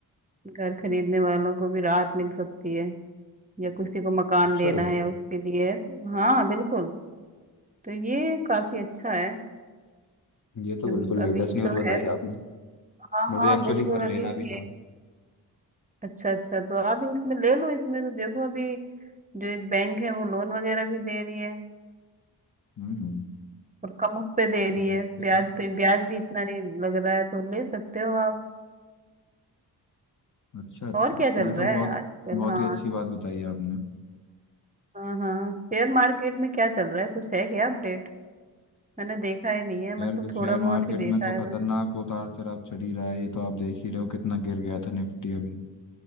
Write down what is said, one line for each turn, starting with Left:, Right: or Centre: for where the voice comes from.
Right: घर खरीदने वालों को भी राहत मिल सकती है या किसी को मकान
Left: अच्छा
Right: लेना है उसके लिए है तो हाँ बिल्कुल तो ये काफी अच्छा है
Left: ये तो
Right: जो
Left: बिल्कुल लेटेस्ट
Right: अभी
Left: न्यूज़
Right: तो
Left: बताई
Right: है
Left: आपने
Right: हाँ
Left: मुझे
Right: हाँ
Left: एक्चुअली
Right: बिल्कुल
Left: घर
Right: अभी
Left: लेना
Right: की
Left: भी
Right: है।
Left: था
Right: अच्छा अच्छा तो आप इसमें ले लो इसमें तो देखो अभी जो एक बैंक है वो लोन वगैरह भी दे रही है
Left: हम्म हम्म,
Right: और कम उस पे दे रही
Left: देखते
Right: है ब्याज
Left: हैं
Right: पे ब्याज भी इतना नहीं लग रहा है तो ले सकते हो आप
Left: अच्छा अच्छा
Right: और क्या चल
Left: ये
Right: रहा
Left: तो बहुत
Right: है आजकल
Left: बहुत
Right: हाँ
Left: ही अच्छी बात बताई है आपने
Right: हाँ हाँ शेयर मार्केट में क्या चल रहा है कुछ है क्या अपडेट मैंने देखा ही नहीं है
Left: शेयर
Right: मतलब थोड़ा
Left: शेयर
Right: बहुत
Left: मार्केट
Right: ही देखा
Left: में तो
Right: है
Left: खतरनाक
Right: मैंने
Left: उतार चढ़ाव चढ़ ही रहा है ये तो आप देख ही रहे हो कितना गिर गया था निफ्टी अभी